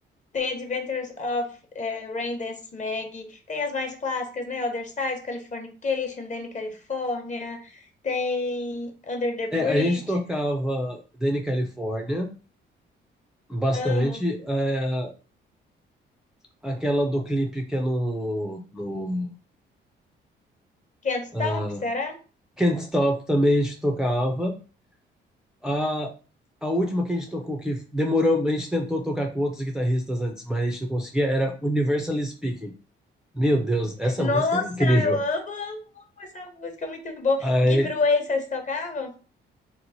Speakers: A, on the left (about 40°); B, in the centre.
A: Tem Adventures of eh, Raindance Maggie, tem as mais clássicas, né? Other Side, Californication, Danny California, tem Under the Bridge,
B: É, a gente tocava Danny California bastante.
A: amo.
B: É, aquela do clipe que é no, no
A: Can't Stop,
B: ah,
A: será?
B: Can't Stop também a gente tocava. A, a última que a gente tocou, que demorou, a gente tentou tocar com outros guitarristas antes, mas a gente não conseguia, era Universally Speaking. Meu Deus, essa
A: Nossa,
B: música é incrível.
A: eu amo, amo, amo essa música, muito boa.
B: Aí,
A: Give It Away, vocês tocavam?